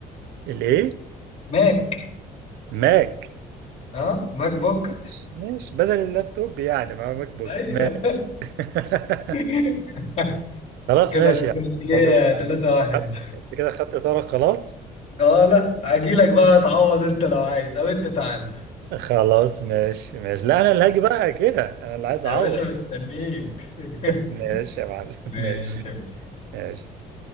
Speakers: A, on the right; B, on the left.
A: الايه
B: ماك
A: ماك
B: ها ماك بوك
A: ماشي ماشي بدل اللابتوب يعني مع ماك بوك
B: ايوه
A: ماشي <laughs>
B: <laughs>
A: خلاص
B: كده
A: ماشي
B: الكلية
A: يا عم مبروك
B: 3
A: عليك
B: واحد
A: انت كده خدت اطارك خلاص
B: <laughs> اه لا اجيلك بقى تعوض انت لو عايز او انت تعالى
A: خلاص ماشي ماشي لا انا اللي هاجي بقى كده انا اللي عايز
B: يا
A: اعوض
B: باشا مستنيك <laughs>
A: ماشي يا معلم <laughs>
B: ماشي
A: ماشي
B: يا باشا
A: ماشي